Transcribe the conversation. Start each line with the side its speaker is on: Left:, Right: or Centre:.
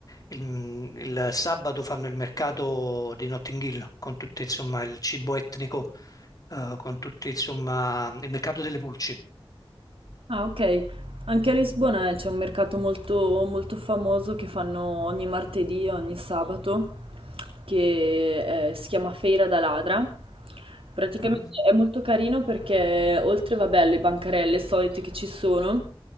Left: il- il sabato fanno il mercato di Notting Hill con tutto insomma il cibo etnico, eh, con tutti insomma il mercato delle pulci.
Right: Ah, ok. Anche a Lisbona eh, c'è un mercato molto, molto famoso che fanno ogni martedì e ogni sabato, che eh, si chiama Feira da Ladra. Praticamente
Left: Mhm.
Right: è molto carino perché oltre, vabbè, alle bancarelle solite che ci sono,